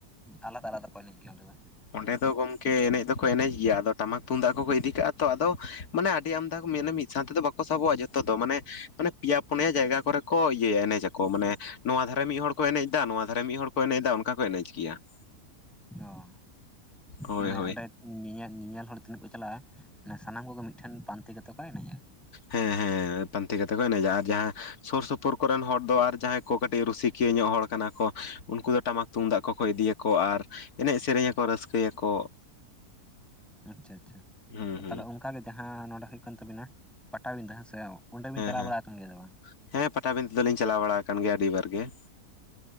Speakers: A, in the centre; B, on the left.
A: ᱟᱞᱟᱫᱟ ᱟᱞᱟᱫᱟ ᱠᱚ ᱮᱱᱮᱡ ᱜᱮᱭᱟ ᱚᱸᱰᱮ ᱫᱚ?
B: ᱚᱸᱰᱮ ᱫᱚ ᱜᱚᱝᱠᱮ ᱮᱱᱮᱡ ᱫᱚᱠᱚ ᱮᱱᱮᱡ ᱜᱮᱭᱟ, ᱟᱫᱚ ᱴᱟᱢᱟᱠ ᱛᱩᱢᱫᱟᱜ ᱠᱚᱠᱚ ᱤᱫᱤ ᱠᱟᱜᱼᱟ ᱛᱚ ᱟᱫᱚ ᱢᱟᱱᱮ ᱟᱹᱰᱤ ᱟᱢᱫᱟ ᱠᱚ ᱢᱮᱱᱟ ᱢᱤᱫ ᱥᱟᱶᱛᱮᱫᱚ ᱵᱟᱠᱚ ᱥᱟᱵᱚᱜᱼᱟ ᱡᱚᱛᱚ ᱫᱚ ᱢᱟᱱᱮ ᱢᱟᱱᱮ ᱯᱮᱭᱟ ᱯᱩᱱᱭᱟ ᱡᱟᱭᱜᱟ ᱠᱚᱨᱮ ᱠᱚ ᱤᱭᱟᱹᱭᱟ ᱮᱱᱮᱡ ᱟᱠᱚ ᱢᱟᱱᱮ ᱱᱚᱣᱟ ᱫᱷᱟᱨᱮ ᱢᱤᱜ ᱦᱚᱲ ᱠᱚ ᱮᱱᱮᱡᱫᱟ ᱱᱚᱣᱟ ᱫᱷᱟᱨᱮ ᱢᱤᱜ ᱦᱚᱲ ᱠᱚ ᱮᱱᱮᱡᱫᱟ ᱚᱱᱠᱟ ᱠᱚ ᱮᱱᱮᱡ ᱜᱮᱭᱟ ᱾
A: ᱚ
B: ᱦᱳᱭ
A: ᱢᱟᱱᱮ
B: ᱦᱳᱭ
A: ᱚᱸᱰᱮ ᱧᱮᱧᱮᱞ ᱧᱮᱧᱮᱞ ᱦᱚᱲ ᱛᱤᱱᱟᱹᱜ ᱠᱚ ᱪᱟᱞᱟᱜᱼᱟ ᱢᱟᱱᱮ ᱥᱟᱱᱟᱢ ᱠᱚᱜᱮ ᱢᱤᱜᱴᱷᱮᱱ ᱯᱟᱱᱛᱮ ᱠᱟᱛᱮ ᱠᱚ ᱮᱱᱮᱡᱼᱟ ᱾
B: ᱦᱮᱸ ᱦᱮᱸ ᱯᱟᱱᱛᱮ ᱠᱟᱛᱮ ᱠᱚ ᱮᱱᱮᱡᱟ, ᱟᱨ ᱡᱟᱦᱟᱸ ᱥᱳᱨ ᱥᱳᱯᱳᱨ ᱠᱚᱨᱮᱱ ᱦᱚᱲ ᱫᱚ ᱟᱨ ᱡᱟᱦᱟᱸᱭ ᱠᱚ ᱠᱟᱹᱴᱤᱡ ᱨᱩᱥᱤᱠᱤᱭᱟᱹ ᱧᱚᱜ ᱦᱚᱲ ᱠᱟᱱᱟ ᱠᱚ ᱩᱱᱠᱩ ᱫᱚ ᱴᱟᱢᱟᱠ ᱛᱩᱢᱫᱟᱜ ᱠᱚᱠᱚ ᱤᱫᱤᱭᱟᱠᱚ, ᱟᱨ ᱮᱱᱮᱡ ᱥᱮᱨᱮᱧᱟᱠᱚ ᱨᱟᱹᱥᱠᱟᱹᱭᱟᱠᱚ ᱾
A: <inaudible> ᱟᱪᱪᱷᱟ ᱟᱪᱪᱷᱟ
B: ᱦᱩᱸ ᱦᱩᱸ
A: ᱛᱟᱦᱚᱞᱮ ᱚᱝᱠᱟ ᱜᱮ ᱡᱟᱦᱟᱸ ᱱᱚᱰᱮ ᱦᱩᱭᱩᱜ ᱠᱟᱱ ᱛᱟᱵᱤᱱᱟ ᱯᱟᱴᱟᱵᱤᱸᱫᱟᱹ ᱦᱮᱸ ᱥᱮ, ᱚᱸᱰᱮ ᱵᱤᱱ
B: ᱦᱮᱸ
A: ᱪᱟᱞᱟᱣ
B: ᱦᱮᱸ
A: ᱵᱟᱲᱟ ᱟᱠᱟᱱ ᱜᱮᱭᱟ ᱥᱮ ᱵᱟᱝ
B: ᱦᱮᱸ ᱯᱟᱴᱟᱵᱤᱸᱫᱟᱹ ᱫᱚᱞᱤᱧ ᱪᱟᱞᱟᱣ ᱵᱟᱲᱟ ᱟᱠᱟᱱ ᱜᱮᱭᱟ ᱟᱹᱰᱤ ᱵᱟᱨ ᱜᱮ ᱾